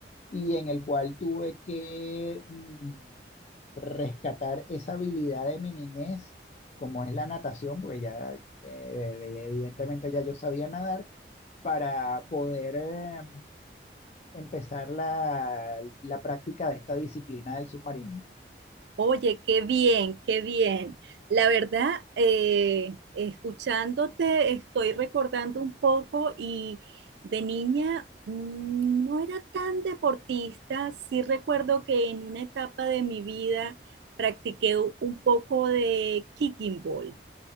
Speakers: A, on the left (about 40°); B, on the right (about 75°).
A: y en el cual tuve que mm, rescatar esa habilidad de mi niñez, como es la natación, porque ya eh, evidentemente ya yo sabía nadar, para poder... eh, empezar la, la práctica de esta disciplina del submarinismo.
B: Oye, qué bien, qué bien. La verdad, eh, escuchándote, estoy recordando un poco y de niña mm, no era tan deportista. Sí recuerdo que en una etapa de mi vida practiqué u- un poco de kicking ball.